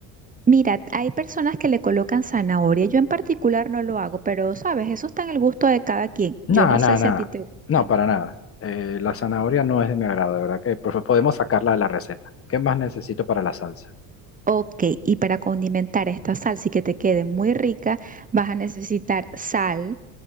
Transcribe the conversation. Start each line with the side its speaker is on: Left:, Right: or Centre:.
Right: Mira, hay personas que le colocan zanahoria. Yo en particular no lo hago, pero sabes, eso está en el gusto de cada quien.
Left: No,
Right: Yo no
Left: no,
Right: sé
Left: no,
Right: si a ti te gusta.
Left: no, para nada. Eh, la zanahoria no es de mi agrado, de verdad que por favor, podemos sacarla de la receta. ¿Qué más necesito para la salsa?
Right: Ok, y para condimentar esta salsa y que te quede muy rica, vas a necesitar sal,